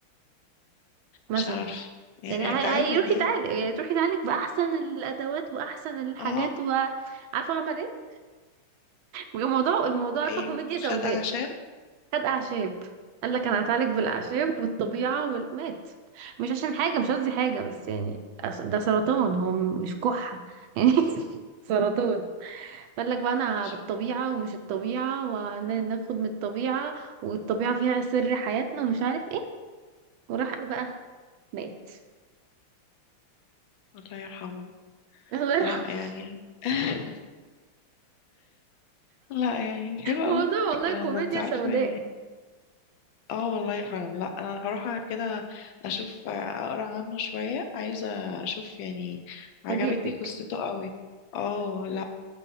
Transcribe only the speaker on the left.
مش عارف يعني
هيتعالج
يعني
اه
ايه
خد اعشاب
مش-
الله يرحمه
لا
يعني <laughs> لا يعني حلو
قوي الكلام
ده انت عارفة
يعني اه والله فعلا لا انا هروح كده اشوف اقرا عنه شوية عايزة اشوف يعني عجبتني
قصته قوي اه لا